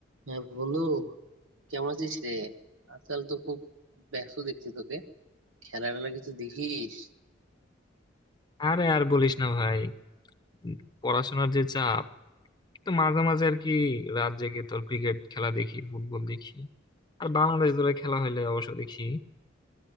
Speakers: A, on the right; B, on the left.
A: হ্যাঁ বন্ধু কেমন আছিস রে আজকাল তো খুব ব্যস্ত দেখছি তোকে খেলা টেলা কিছু দেখিস
B: আরে আর বলিস না ভাই উম, পড়াশোনার যে চাপ তো মাঝে মাঝে আর কি রাত জেগে তোর ক্রিকেট খেলা দেখি ফুটবল দেখি আর বাংলাদেশ দলের খেলা হইলে অবশ্য দেখি